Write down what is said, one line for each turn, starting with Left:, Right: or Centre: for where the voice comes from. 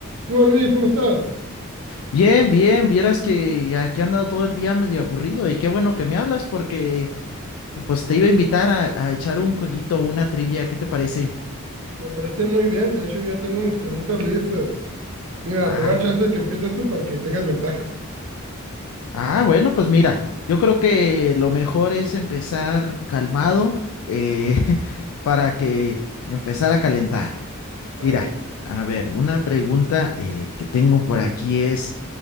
Right: ¿Qué hubo, Luis? ¿Cómo estás?
Left: Bien, bien, vieras que aquí he andado todo el día medio aburrido y qué bueno que me hablas porque pues te iba a invitar a, a echar un jueguito, una trivia, ¿qué te parece?
Right: Me parece muy bien. De hecho, yo ya tengo mis preguntas listas. Mira,
Left: Ah,
Right: te voy a dar chance de que empieces tú para que tengas ventaja.
Left: ah, bueno, pues mira, yo creo que lo mejor es empezar calmado eh, <laughs> para que empezar a calentar.
Right: A
Left: Mira,
Right: ver,
Left: a ver, una pregunta eh, que tengo por aquí es,